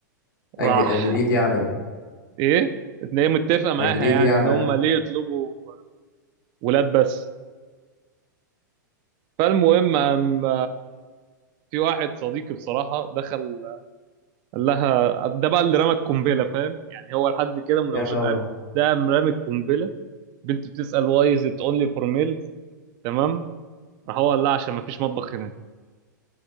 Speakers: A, on the left; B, on the right.
A: أج...
B: راح
A: اجريدي على ايه
B: ايه ان هي متفقه معاها
A: اجريدي
B: يعني
A: على
B: ان هم ليه يطلبوا ولاد بس فالمهم أم في واحد صديقي بصراحه دخل قال لها ده بقى اللي رمى القنبله فاهم يعني هو لحد كده مناوشات
A: يا خبر
B: قد ده مرمي القنبله بنت بتسال واي از ات اونلي فور ميلز تمام راح هو قال لها عشان ما فيش مطبخ هنا